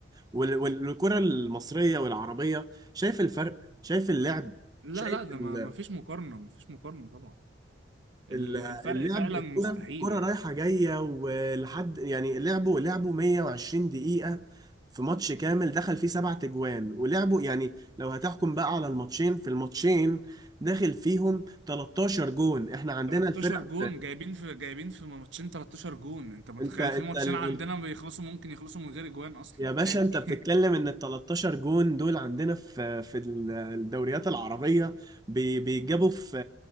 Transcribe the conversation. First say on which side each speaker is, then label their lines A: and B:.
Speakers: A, on the right (about 20°); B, on the right (about 80°).
A: وال- وال- والكرة المصرية والعربية شايف الفرق شايف اللعب
B: لا
A: شايف
B: لا ده
A: ال-
B: ما ما فيش مقارنه ما فيش مقارنه طبعا ال-
A: ال-
B: الفرق
A: اللعب
B: فعلا
A: الكرة
B: مستحيل
A: الكرة
B: يعني
A: رايحة جاية ولحد يعني لعبوا لعبوا 120 دقيقة في ماتش كامل دخل فيه سبعة تجوان ولعبوا يعني لو هتحكم بقى على الماتشين في الماتشين داخل فيهم 13 جون احنا عندنا
B: 13
A: الفرق
B: جون جايبين في جايبين في ماتشين 13 جون انت متخيل
A: انت انت
B: في ماتشين
A: ال...
B: عندنا
A: ال...
B: بيخلصوا ممكن يخلصوا من غير اجوان اصلا
A: يا باشا
B: عادي
A: انت بتتكلم
B: <laughs>
A: ان ال 13 جون دول عندنا في في ال- الدوريات العربية بي... بيجابوا في